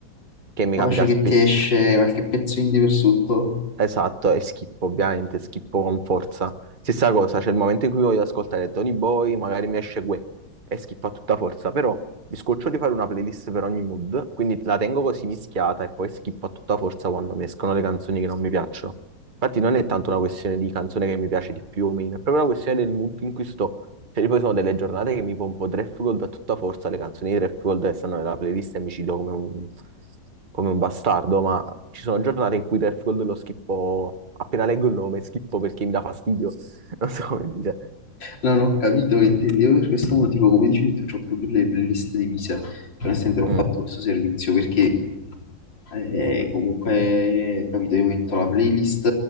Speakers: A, on the right; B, on the left.
A: che mi
B: Capace
A: capita
B: che
A: spesso,
B: ti esce qualche pezzo indie per sotto,
A: Esatto, e schippo ovviamente, schippo con forza. Stessa cosa, c'è il momento in cui voglio ascoltare Tony Boy, magari mi esce Guè e schippo a tutta forza, però mi scoccio di fare una playlist per ogni mood, quindi la tengo così mischiata e poi schippo a tutta forza quando mi escono le canzoni che non mi piacciono. Infatti non
B: capito?
A: è tanto una questione di canzone che mi piace di più o meno, è proprio una questione del mood in cui sto. Cioè, io poi sono delle giornate che mi pompo Draft Gold a tutta forza, le canzoni di Draft Gold che stanno nella playlist e mi ci do come un, come un bastardo, ma ci sono giornate in cui Draft Gold lo schippo, appena leggo il nome, schippo perché mi dà fastidio. <laughs> Non so come dire.
B: Non ho capito che intendi. Io per questo motivo, come dicevi tu, ho più le playlist divise. Cioè, nel senso, ho fatto
A: Mm,
B: questo servizio perché eh, comunque, capito, io metto la playlist,